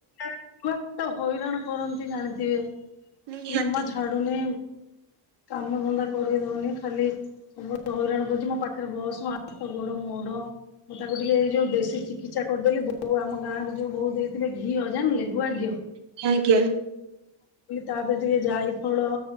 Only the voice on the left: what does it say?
ଛୁଆ ତ ହଇରାଣ କରନ୍ତି ଜାଣିଥିବେ।
ଜମା ଛାଡୁନି
କାମ ଧନ୍ଦା କରେଇ ଦଉନି। ଖାଲି ବହୁତ୍ ହଇରାଣ କରୁଛି ମୋ ପାଖରେ ବସ୍ ମୋ ହାତ ଗୋଡ ମୋଡ। ମୁଁ ତାକୁ ଟିକେ ଏଇ ଯୋଉ ଦେଶୀ ଚିକିତ୍ସା କରିଦେଲି। ବୋଉ ଆମ ଗାଁ ରୁ ଯୋଉ ମହୁ ଦେଇଥି ଘିଅ ଜାଣିଲେ ଗୁଆ ଘିଅ
ତାପରେ ଟିକେ ଯାଇ ଫଳ